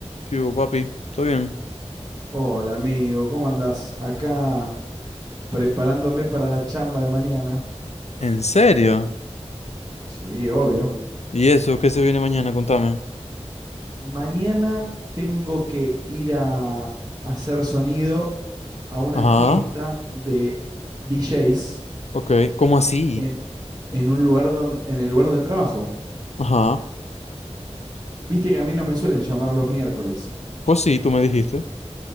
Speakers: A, on the left; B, on the right.
A: ¿Qué hubo, papi? ¿Todo bien?
B: Hola amigo, ¿cómo andás? Acá preparándome para la chamba de mañana.
A: ¿En serio?
B: Sí, obvio.
A: ¿Y eso? ¿Qué se viene mañana? Contame.
B: Mañana tengo que ir a hacer sonido a una
A: Ajá,
B: fiesta de DJs
A: ok. ¿Cómo así?
B: en, en un lugar don- en el lugar de trabajo.
A: Ajá.
B: Viste que a mí no me suelen llamar los miércoles.
A: Pues sí, tú me dijiste.